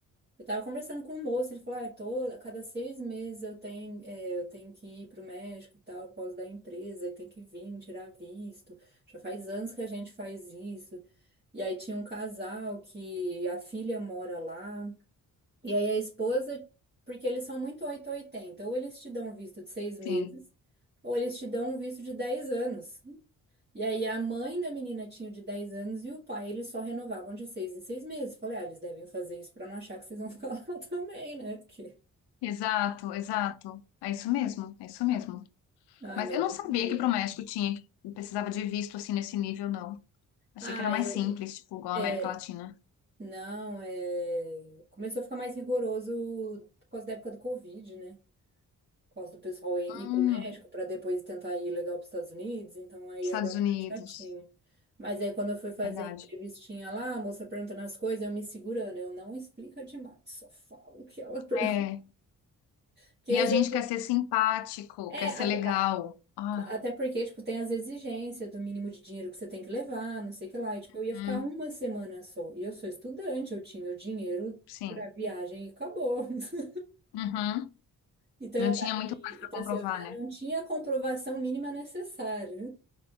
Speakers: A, on the right (about 25°); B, on the left (about 75°).
A: Eu tava conversando com um moço, ele falou, ah, tô, a cada seis meses eu tenho, é, eu tenho que ir pro México e tal, por causa da empresa, e tem que vir, tirar visto. Já faz anos que a gente faz isso. E aí tinha um casal que a filha mora lá. E aí a esposa, porque eles são muito 880, ou oitenta, ou eles te dão um visto de seis meses,
B: sim.
A: ou eles te dão um visto de 10 anos. E aí a mãe da menina tinha o de 10 anos e o pai, eles só renovavam de seis em seis meses. Falei, ah, eles devem fazer isso pra não achar que vocês vão <laughs> ficar lá também, né? Porque...
B: Exato, exato. É isso mesmo, é isso mesmo.
A: Ah,
B: Mas
A: mas
B: eu
A: é muito
B: não sabia
A: doido.
B: que pro México tinha, que precisava de visto assim nesse nível, não. Achei
A: Ah,
B: que era mais
A: eu...
B: simples, tipo, igual
A: É,
B: a América Latina.
A: não, é... Começou a ficar mais rigoroso por causa da época do Covid, né? Gosto do pessoal ir,
B: Hum,
A: ir para o México para depois tentar ir legal para os Estados Unidos, então aí
B: Estados
A: agora
B: Unidos,
A: é mais chatinho. Mas aí quando eu fui fazer
B: verdade.
A: a entrevistinha lá, a moça perguntando as coisas, eu me segurando, eu não explico demais, só falo o que ela <laughs> pergunta.
B: É,
A: Porque,
B: E
A: às
B: a gente
A: vezes-
B: quer ser simpático,
A: é,
B: quer ser
A: até,
B: legal.
A: a-
B: Ah,
A: até porque, tipo, tem as exigências do mínimo de dinheiro que você tem que levar, não sei o que lá, e tipo, eu ia
B: hum,
A: ficar uma semana só, e eu sou estudante, eu tinha o dinheiro
B: sim.
A: para viagem e acabou. <laughs>
B: Uhum.
A: Então,
B: Não
A: eu,
B: tinha
A: ta- e-
B: muito mais para
A: então,
B: comprovar,
A: assim, eu já
B: né?
A: não tinha a comprovação mínima necessária.